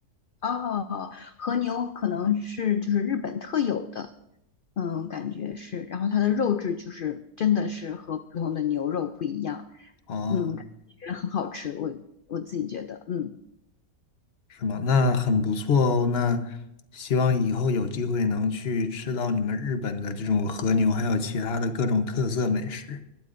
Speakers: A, on the left; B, on the left.
A: 哦，和牛可能是就是日本特有的，嗯，感觉是，然后它的肉质就是真的是和普通的牛肉不一样，
B: 哦，
A: 嗯，感觉很好吃，我我自己觉得，嗯
B: 是吗？那很不错哦。那希望以后有机会能去吃到你们日本的这种和牛，还有其他的各种特色美食。